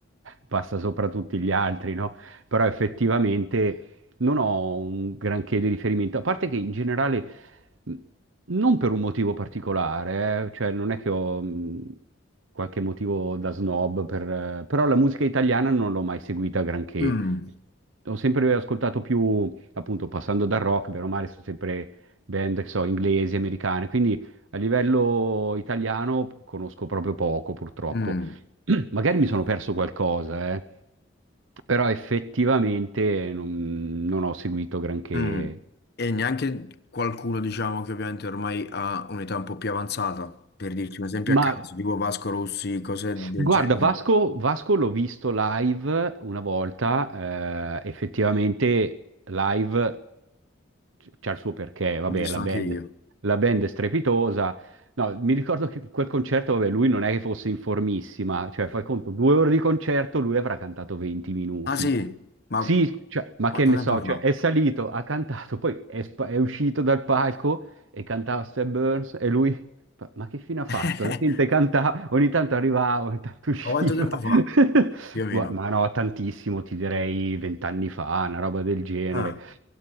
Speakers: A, on the right; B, on the left.
A: passa sopra tutti gli altri, no? Però effettivamente non ho un granché di riferimento, a parte che in generale mh, non per un motivo particolare, eh, cioè non è che ho mh, qualche motivo da snob, per, eh, però la musica italiana non l'ho mai seguita granché.
B: mm,
A: Ho sempre ascoltato più, appunto, passando dal rock, bene o male, sono sempre band, che so, inglesi, americane, quindi a livello italiano conosco proprio poco, purtroppo.
B: mm,
A: <clears throat> Magari mi sono perso qualcosa, eh, però effettivamente non, non ho seguito granché
B: mm. E neanche qualcuno diciamo che ovviamente ormai ha un'età un po' più avanzata, per dirti un esempio
A: Ma
B: a caso, tipo Vasco Rossi, cose del
A: guarda,
B: genere,
A: Vasco, Vasco l'ho visto live una volta, eh, effettivamente live c'ha il suo perché, vabbè,
B: l'ho visto
A: la
B: anche
A: band,
B: io.
A: la band è strepitosa. No, mi ricordo che quel concerto, vabbè, lui non è che fosse in formissima, cioè fai conto, due ore di concerto, lui avrà cantato 20 minuti.
B: Ah sì, ma
A: Sì, cioè, ma
B: quanto
A: che ne
B: tempo
A: so,
B: fa?
A: cioè, è salito, ha cantato, poi è, sp- è uscito dal palco e cantava Step Burns e lui Fa- Ma che fine ha fatto?
B: <laughs>
A: La gente cantava, ogni tanto arrivava, ogni tanto usciva.
B: Ma quanto tempo fa?
A: <laughs>
B: Più o meno.
A: Gua- Ma no, tantissimo, ti direi vent'anni fa, una roba del genere.
B: Ah,